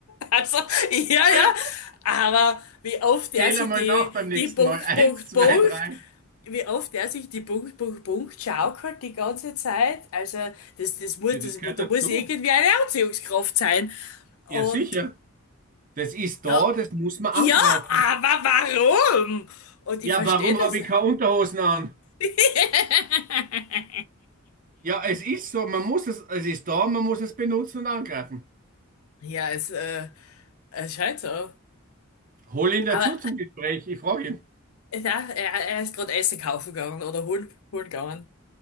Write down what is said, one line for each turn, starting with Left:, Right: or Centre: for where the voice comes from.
Left: Also, ja, ja.
Right: <laughs>
Left: Aber wie oft der
Right: Zähl
Left: sich
Right: einmal
Left: die,
Right: nach beim nächsten
Left: die Punkt,
Right: Mal. Eins,
Left: Punkt,
Right: zwei,
Left: Punkt,
Right: drei.
Left: wie oft der sich die Punkt, Punkt, Punkt schaukelt die ganze Zeit. Also, das, das muss,
Right: Ja,
Left: das,
Right: das gehört
Left: mu- da
Right: dazu.
Left: muss irgendwie eine Anziehungskraft sein.
Right: Ja,
Left: Und
Right: sicher. Das ist
Left: ja,
Right: da, das muss man
Left: ja,
Right: angreifen.
Left: aber warum? Und
Right: Ja,
Left: ich verstehe
Right: warum
Left: das.
Right: habe ich keine Unterhosen an?
Left: <laughs>
Right: Ja, es ist so, man muss es, es ist da, man muss es benutzen und angreifen.
Left: Ja, es, äh, es scheint so.
Right: Hol ihn
Left: Aber
Right: dazu zum Gespräch, ich frage ihn.
Left: äh, na, er, er ist gerade Essen kaufen gegangen oder holen, holen gegangen.